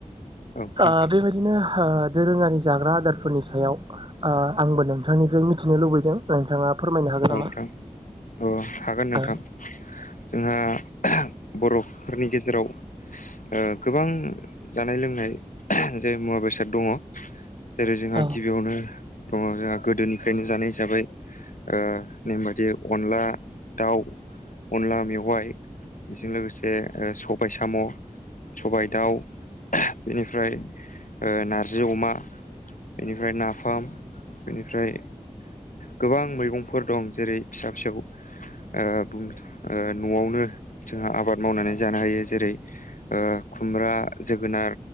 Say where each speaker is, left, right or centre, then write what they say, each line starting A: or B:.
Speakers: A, on the left; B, on the right.
A: नोंथां
B: आ बेबायदिनो ओ दोरोङारि जाग्रा आदारफोरनि सायाव आ आंबो नोंथांनिफ्राय मिथिनो लुबैदों नोंथाङा फोरमायनो हागोन
A: औ
B: नामा?
A: नोंथां औ हागोन नोंथां
B: औ
A: जोंहा बरफोरनि गेजेराव ओ गोबां जानाय लोंनाय जे मुवा बेसाद दङ जेरै जोंहा
B: औ
A: गिबियावनो दङ जोंहा गोदोनिफ्रायनो जानाय हिसाबै ओ नेम बायदियै अनला दाउ अनला मेवाइ बेजों लोगोसे ओ सबाय साम सबाय दाउ बेनिफ्राय ओ नारजि अमा बेनिफ्राय नाफाम बेनिफ्राय गोबां मैगं फोर दं जेरै फिसा फिसौ ओ बुंनो नआवनो जोंहा आबाद मावनानै जानो हायो जेरै ओ खुमब्रा जोगोनार